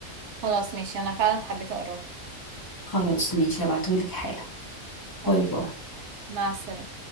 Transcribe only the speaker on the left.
خلاص ماشي هبعتهولك حالا
باي باي